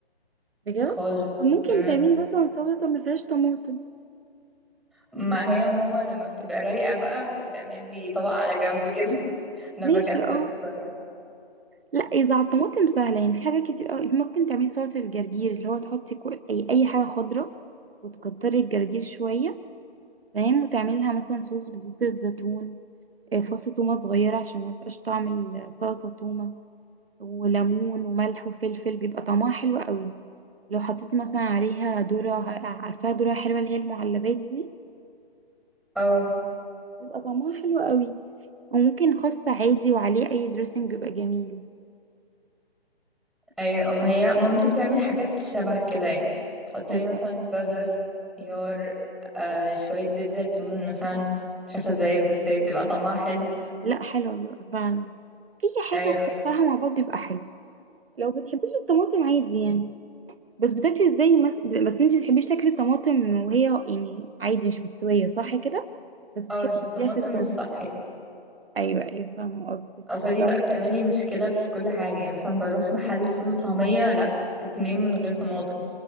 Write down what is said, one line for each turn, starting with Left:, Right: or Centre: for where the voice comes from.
Right: <laughs> بجد
Centre: خالص
Right: طب ممكن
Centre: مم.
Right: تعملي مثلا سلطه ما فيهاش طماطم
Centre: ما هي ماما لما بتبقى رايقة بقى فبتعمل لي طبق على جنب كده <laughs> انا
Right: ماشي
Centre: بكسل
Right: اه
Centre: بصراحة
Right: لا اذا على الطماطم سهله يعني في حاجات كتير قوي ممكن تعملي سلطه الجرجير اللي هو تحطي كو- اي اي حاجه خضراء وتكتري الجرجير شويه تمام وتعملي لها مثلا صوص بزيت الزيتون آه، فص تومه صغيره عشان ما يبقاش طعم السلطه تومه وليمون وملح وفلفل بيبقى طعمها حلو قوي لو حطيتي مثلا عليها ذره عارفاها ذره حلوه اللي هي المعلبات دي
Centre: اه
Right: بيبقى طعمها حلو قوي وممكن خس عادي وعليه اي دريسنج بيبقى جميل
Centre: ايوه ما هي مامتي بتعمل حاجات شبه كده يعني تحط
Right: ايوه
Centre: لي مثلا جزر خيار آه شوية زيت زيتون مثلا مش عارفة ازاي بس هي بتبقى طعمها حلو
Right: لا حلو بيبقى فعلا اي حاجه
Centre: ايوه
Right: بصراحه مع بعض بيبقى حلو لو بتحبيش الطماطم عادي يعني بس بتاكلي ازاي مس... بس انت بتحبيش تاكلي الطماطم وهي يعني عادي مش مستويه صح كده بس بتحبي
Centre: اه يعني
Right: تاكليها
Centre: طماطم
Right: في الطبيخ
Centre: مش صاحية
Right: ايوه ايوه فاهمه قصدك
Centre: او فدي
Right: بس لو
Centre: بقى بتعمل لي مشكلة في كل حاجة يعني مثلا بروح محل فول وطعمية لا اتنين من غير طماطم